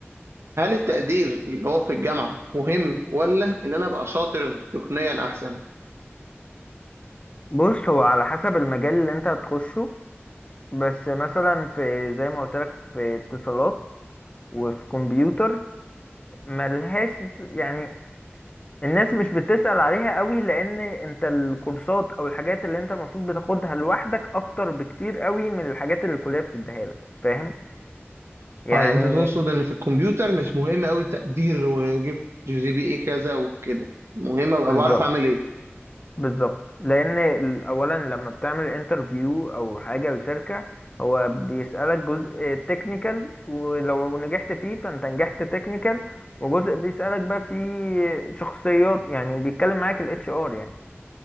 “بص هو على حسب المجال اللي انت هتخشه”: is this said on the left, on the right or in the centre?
Left